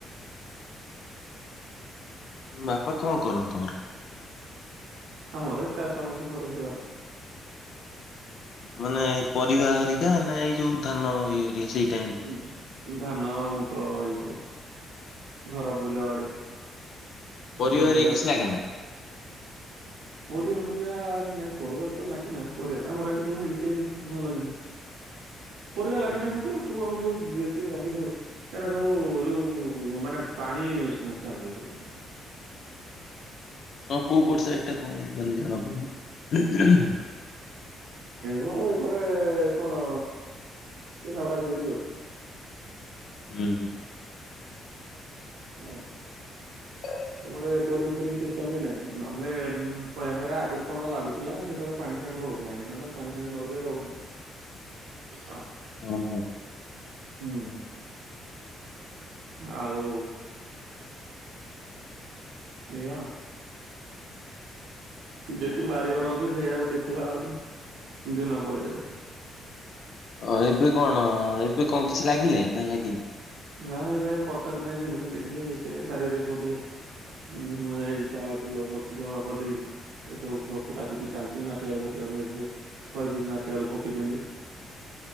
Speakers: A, on the left; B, on the right.
A: ବାପା କଣ କରନ୍ତି ତମର?
B: ଆମର ଚାଷ ବାସ କରନ୍ତି ବାପା।
A: ମାନେ ପରିବା ହରିକା, ନା ଏଇ ଯୋଉ ଧାନ ଇଏ ହରିକା ସେଇ ଟାଇମ୍ ରେ?
B: ଉ ଦୁ ଧାନ ମୁଗ ଏଇ ସବୁ ଘର ବୁଲବାଡି। ଚବିଶ
A: ପରିବା ହରିକା
B: ଘଣ୍ଟା
A: କିଛି
B: ଅଛି
A: ଲାଗେନା।
B: ନା ପୁରି ପୁରା ନାଇଁ ପରିବା ତ ଲାଗେ ନା ପରିବା ତ ଆମର ଏଇଠି ଯଉ ମିଳିଯାଏ ଭଲ କିନା ପରିବା ଲାଗେ
A: ହୁଁ
B: ନା କଣ କହିଲ ଯୋଉ ଆମର ସବୁ ଜମି ସବୁ ଏଟା ସବୁ ଯୋଉ ମାନେ ପାଣି ସମସ୍ୟା ବହୁତ ଏଇପଟେ
A: ହଁ କୋଉପଟ ସାଇଟ ଟା କଣ ମାନେ ଜଣାପଡ଼ୁନି
B: ଘର ଏପଟେ କଣ ପିଣ୍ଡବଡ଼ା ସେଇଡ଼ି ଆଉ
A: ହୁଁ ହୁଁ
B: ହ
A: ହଁ
B: ଏପଟେ ବୋରିଙ୍ଗ ଫୋରିଙ୍ଗ ସିଷ୍ଟମ ବି ନାହିଁ ନହେଲେ ପରେ ପରେ ଆଗରୁ କଣ ଲାଗୁଥିଲା ସେତେବେଳେ ପାଣି ପାଣି ରହୁଥିଲାଁ ପାଣି ଫାଣି ନଇରେ ରହୁନି
A: ହ ହୋ
B: ହୁଁ ଆଉ ଏଆ ଯେତିକି ବାରିଘର ଅଛି ସେଇଆକୁ ଦେଖିଲା ବେଳକୁ ଦିନ ପଳେଇ ଯାଉଛି
A: ଅ ଏବେ କଣ ଏବେ କଣ କିଛି ଲାଗିଲାଣିି ନା ଲାଗିନି
B: ନାହି ଏବେ ଆଉ ବର୍ଷା ଦିନେ ଭେଣ୍ଡି ଫେଣ୍ଡି ଟିକେ ଇଏ ସିଏ ବାରିରେ ସବୁ ଟିକେ ମୁଁ ଏଇ ପାୱାର ଟିଲର ରଖିଛି ହଳ କରିଦେଇଛି ଏସବୁ ପୋତାପୋତି ଚାଲିଚି ମାଟିଆଳୁ ଫାଟି ଆଳୁ ବେଳୁ ଏ ସବୁ ଛ ପିଚ ମାଟିଆଳୁ ପକେଇଛନ୍ତି